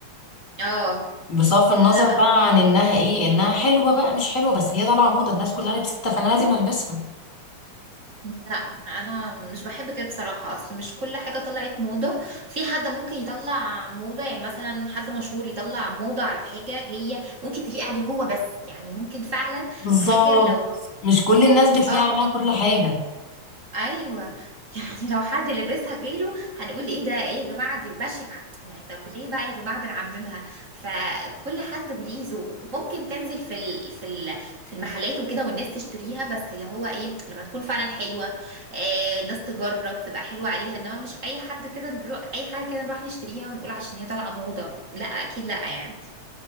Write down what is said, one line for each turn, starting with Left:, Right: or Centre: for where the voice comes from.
Right: آه.
Left: بصرف
Right: لا
Left: النظر بقى عن انها ايه انها حلوة بقى مش حلوة بس هي طالعة موضة الناس كلها لبستها فانا لازم البسها
Right: لا انا مش بحب كده بصراحه اصل مش كل حاجه طلعت موضه في حد ممكن يطلع موضه يعني مثلا حد مشهور يطلع موضه على حاجه هي ممكن تليق عليه هو بس يعني ممكن فعلا
Left: بالظبط
Right: حاجه لو
Left: مش كل الناس بتلاقي
Right: اه
Left: عليها كل حاجة
Right: ايوه <laughs> يعني لو حد لبسها غيره هنقول ايه ده ايه يا جماعه دي بشعه يعني طب ليه بقى يا جماعه بنعممها فكل حد ليه ذوقه ممكن تنزل في ال في ال في المحلات وكده والناس تشتريها بس اللي هو ايه لما تكون فعلا حلوه آه الناس تجرب تبقى حلوه عليها انما مش اي حد كده نروح اي حاجه كده نروح نشتريها ونقول عشان هي طالعه موضه لا اكيد لا يعني